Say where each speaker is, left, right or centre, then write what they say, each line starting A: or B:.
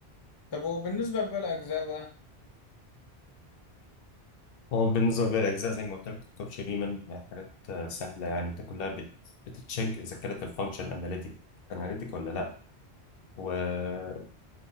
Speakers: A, on the left; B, on the left.
A: طب وبالنسبه لباقي الاجزاء بقى
B: هو بالنسبة للأجزاء زي ما قلت لك الكوتش ريمان حاجات آه، سهلة يعني أنت كلها بت... بتتشيك إذا كانت الفانكشن أناليتيك أناليتيك ولا لأ وتبتدي